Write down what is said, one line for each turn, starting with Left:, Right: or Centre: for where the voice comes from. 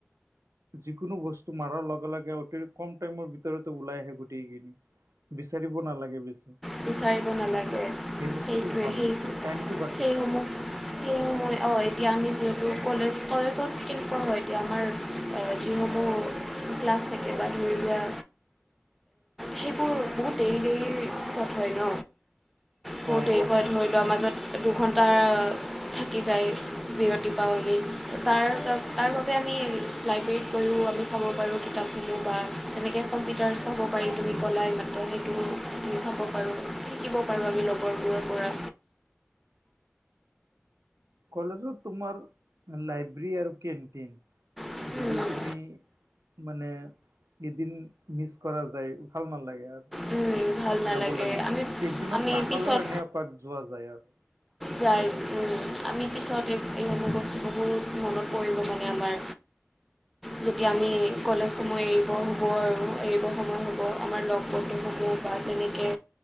Right: যিকোনো বস্তু মাৰাৰ লগে লগে অতি কম টাইমৰ ভিতৰতে ওলাই আহে গোটেইখিনি বিচাৰিব নালাগে বেছি
Centre: বিচাৰিব নালাগে সেইটোৱে
Right: সেই বস্তুটো ভাল
Centre: সেই
Right: হৈছে টাইমটো বাচিছে
Centre: সেইসমূহ সেই সমূহ অ এতিয়া আমি যিহেতু কলেজ কলেজত কেনেকুৱা হয় এতিয়া আমাৰ এ যিসমূহ ক্লাছ থাকে বা ধৰি লোৱা সেইবোৰ বহুত দেৰি দেৰি পিছত হয় ন বহুত
Right: অ
Centre: দেৰি
Right: অফ
Centre: কৰে ধৰি লোৱা মাজত দুঘণ্টা থাকি যায় বিৰতি বা আমি তাৰ তাৰ বাবে আমি লাইব্ৰেৰীত গৈও আমি চাব পাৰোঁ কিতাপ বা তেনেকে কম্পিউটাৰ চাব পাৰি তুমি ক'লাই এইমাত্ৰ সেইটো আমি চাব পাৰোঁ শিকিব পাৰোঁ আমি লগৰবোৰৰ পৰা
Right: কলেজত তোমাৰ লাইব্ৰেৰী আৰু কেনণ্টিন
Centre: পৰা
Right: যদি তুমি মানে এদিন মিচ কৰা যায় ভাল নালাগে আৰু
Centre: উম, ভাল নালাগে
Right: যাব লাগে
Centre: আমি
Right: কেণ্টিনত
Centre: আমি
Right: নাখালেও
Centre: পিছত
Right: এনে এপাক যোৱা যায় আৰু
Centre: যায় উম আমি পিছত এই এইসমূহ বস্তুসমূহ মনত পৰিব মানে আমাৰ যেতিয়া আমি কলেজসমূহ এৰিব হ'ব আৰু এৰিব সময় আকৌ আমাৰ লগ বন্ধুসমূহ বা তেনেকে